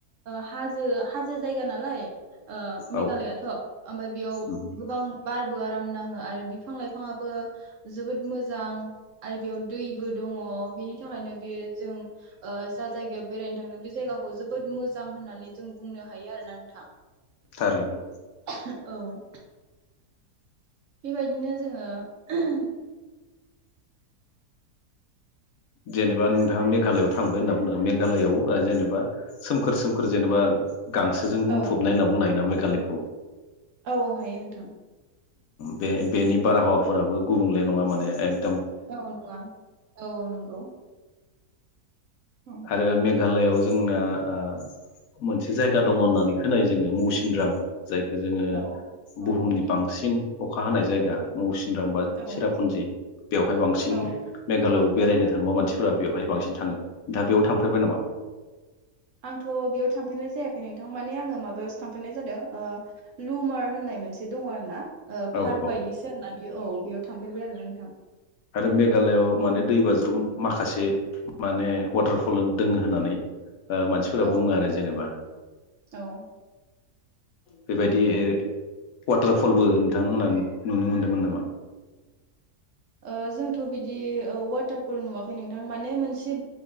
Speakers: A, on the right (about 65°); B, on the left (about 70°).
A: ओ हाजो हाजो जायगा नालाय ओ
B: औ
A: मेघालयाथ' ओमफ्राय बेयाव
B: उम
A: गोबां बारबो आराम नांङो आरो बिफां लाइफांङाबो जोबोद मोजां आरो बेयाव दैबो दंङ बेनि थाखायनो बे जों ओ जा जायगायाव बेरायनो थांनो बे जायगाखौ जोबोद मोजां होननानै जों बुंनो हायो आरो ना नोंथां
B: थारैनो
A: औ उम बेबायदिनो जोङो <unintelligible>
B: जेनेबा नोंथाङा मेघालयाव थांबाय होनना बुंदों मेघालयाव ओ जेनेबा सोमखोर सोमखोर जेनेबा गांसोजों बुंफबनाय
A: औ
B: होनना बुंनो हायो नामा <unintelligible> <unintelligible>
A: औ औ हायो नोंथां।
B: बे बेनि बारहावाफोराबो गुबुंले नङा माने एक
A: औ नङा औ औ नंगौ। औ
B: आरो मे मेघालयाव जोंना ओ मोनसे जायगा दङ' होननानै खोनायो जोङो मौसिनराम जायखौ जोङो
A: औ औ
B: बुहुमनि
A: खोनायो
B: बांसिन अखा हानाय जायगा मौसि राम बा
A: औ
B: सिरापुनजि बेवहाय बांसिन
A: औ
B: मेघालयाव बेरायनो थाङोबा मानसिफोरा बेवहाय बांसिन थाङो। दा बेयाव थांफेरबाय नामा
A: औ आंथ' बेयाव थां फेरनाय जायाखै नोंथां माने आङो माबायावसो थांफेरनाय जादों ओ लुमार होननाय मोनसे दङ' आरो ना। ओ
B: औ
A: फार्क
B: औ
A: बायदिसो आरो ना बियो औ बेयाव थांफेरबाय आरो नों थां।
B: आरो मेघालआव माने दैबाज्रुम माखासे माने वाटारफल
A: औ
B: दोङो होननानै ओ मानसिफोरा
A: औ
B: बुङो आरो
A: खोनादों
B: जेनेबा।
A: औ
B: बेबायदि वाटारफलबो नोंथांमोनहा नुनो मोनदोंमोन नामा?
A: ओ जोंथ' बिदि वाटारफल नुवाखै नोंथां माने मोनसे